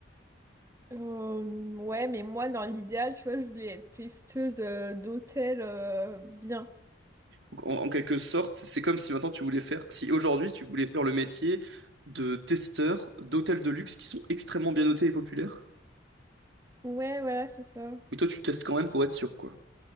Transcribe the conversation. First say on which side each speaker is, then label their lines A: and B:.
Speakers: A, on the right; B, on the right.
A: Euh, ouais, mais moi dans l'idéal, tu vois, je voulais être testeuse euh, d'hôtels euh, bien.
B: Donc, En, en quelque sorte, c'est comme si maintenant tu voulais faire, si aujourd'hui tu voulais faire le métier de testeur d'hôtels de luxe qui sont extrêmement bien notés et populaires,
A: Ouais, voilà, c'est ça.
B: mais toi tu testes quand même pour être sûr quoi.